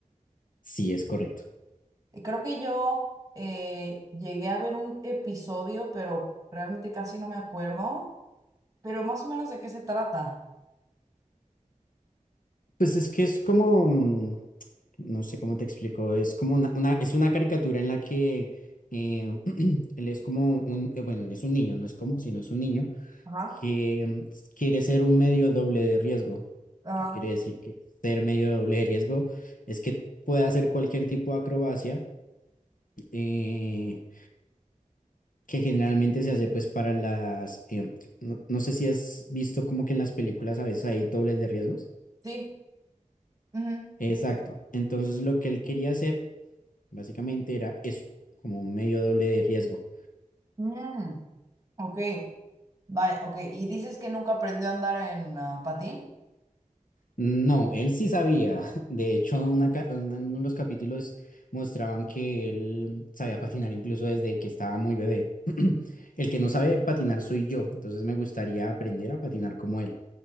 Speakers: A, on the left; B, on the right.
A: Sí, es correcto.
B: Y creo que yo eh, llegué a ver un episodio, pero realmente casi no me acuerdo, pero más o menos de qué se trata.
A: Pues es que es como, mm, no sé cómo te explico, es como una, una- es una caricatura en la que eh, <clears throat> él es como un, eh, bueno, él es un niño, no es como, sino es un niño
B: Ajá,
A: que mm, quiere ser un medio doble de riesgo.
B: ajá.
A: ¿Qué quiere decir que ser medio doble de riesgo? Es que puede hacer cualquier tipo de acrobacia. eh, que generalmente se hace pues para las, eh, no, no sé si has visto como que en las películas a veces hay dobles de riesgos.
B: Sí. ujú.
A: Exacto. Entonces lo que él quería hacer básicamente era eso, como un medio doble de riesgo.
B: Mm. Ok, vaya, ok. ¿Y dices que nunca aprendió a andar en ah, patín?
A: No, él sí sabía. <laughs> De hecho, una ca- en uno de los capítulos mostraban que él sabía patinar incluso desde que estaba muy bebé. <clears throat> El que no sabe patinar soy yo, entonces me gustaría aprender a patinar como él.